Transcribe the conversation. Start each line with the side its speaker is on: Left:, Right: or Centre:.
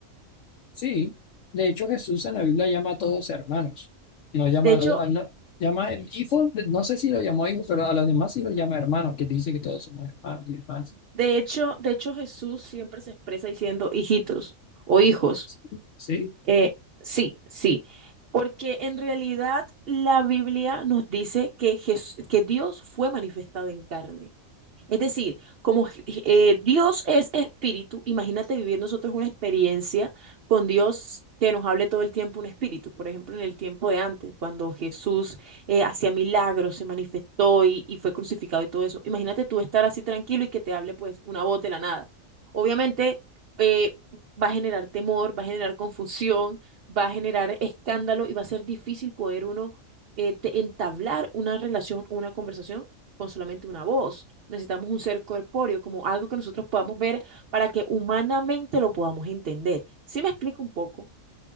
Left: sí. De hecho, Jesús en la Biblia llama a todos hermanos. No llama
Right: De hecho,
Left: a los, a- no, llama el hijo, no sé si lo llamó hijo, pero a los demás sí lo llama hermanos, que dice que todos somos hermanos y demás.
Right: De hecho, de hecho Jesús siempre se expresa diciendo hijitos o hijos.
Left: Sí, sí.
Right: Eh, sí, sí, porque en realidad la Biblia nos dice que, Jes- que Dios fue manifestado en carne. Es decir, como eh, Dios es espíritu, imagínate vivir nosotros una experiencia con Dios que nos hable todo el tiempo un espíritu. Por ejemplo, en el tiempo de antes, cuando Jesús eh, hacía milagros, se manifestó y, y fue crucificado y todo eso. Imagínate tú estar así tranquilo y que te hable pues una voz de la nada. Obviamente eh, va a generar temor, va a generar confusión, va a generar escándalo y va a ser difícil poder uno eh, te- entablar una relación, una conversación con solamente una voz necesitamos un ser corpóreo, como algo que nosotros podamos ver para que humanamente lo podamos entender. ¿Sí me explico un poco?